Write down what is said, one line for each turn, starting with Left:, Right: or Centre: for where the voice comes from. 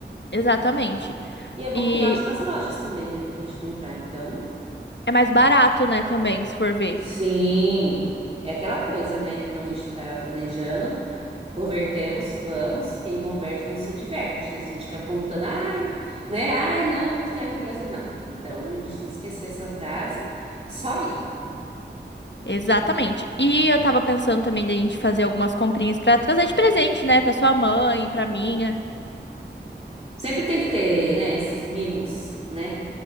Left: Exatamente.
Right: E é bom
Left: E
Right: que tem ótimas lojas também, né, pra gente comprar, então.
Left: é mais barato, né, também, se for ver.
Right: Sim, é aquela coisa, né? Como a gente tá planejando, convertemos, vamos, quem converte não se diverte, né? Se a gente ficar contando, ai, né? Ai, não, é muito caro no Brasil. Não, então a gente tem que esquecer essa frase, só ir.
Left: Exatamente. E eu tava pensando também da gente fazer algumas comprinhas pra trazer de presente, né, Pra sua mãe, pra minha.
Right: Sempre tem que ter, né, esses mimos, né?